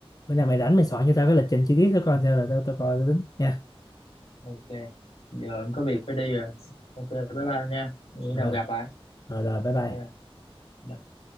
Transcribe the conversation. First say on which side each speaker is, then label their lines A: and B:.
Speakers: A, on the left (about 40°); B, on the left (about 75°).
A: bữa nào mày rảnh mày soạn cho tao cái lịch trình chi tiết thôi coi sao là tao tao coi tao tính nha
B: ok giờ em có việc phải đi rồi ok bye bye nha nghĩ
A: rồi
B: nào gặp lại
A: rồi rồi bye bye
B: Dạ. Bye.